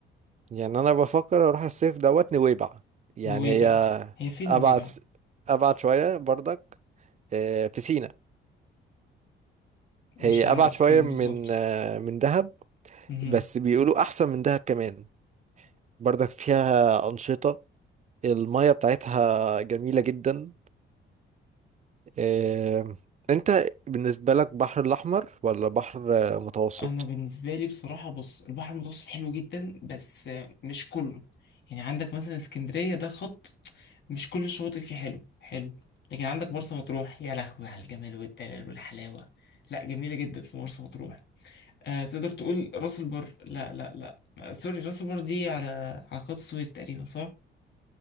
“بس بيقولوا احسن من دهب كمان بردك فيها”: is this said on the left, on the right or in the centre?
Right